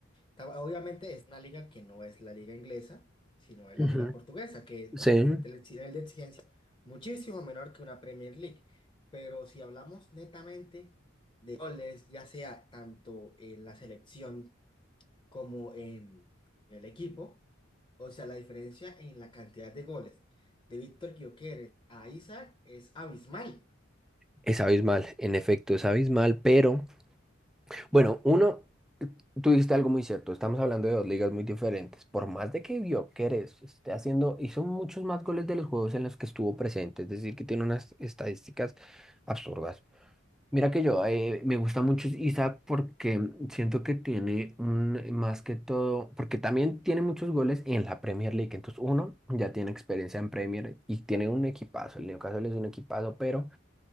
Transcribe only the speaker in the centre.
Ujú.
Sí,
es abismal, en efecto, es abismal, pero bueno, uno, tú dijiste algo muy cierto, estamos hablando de dos ligas muy diferentes, por más de que Gyökeres esté haciendo, hizo muchos más goles de los juegos en los que estuvo presente, es decir, que tiene unas estadísticas absurdas. Mira que yo eh, me gusta mucho Isaac porque siento que tiene un, eh, más que todo, porque también tiene muchos goles en la Premier League. Entonces, uno ya tiene experiencia en Premier y tiene un equipazo. El Newcastle es un equipazo, pero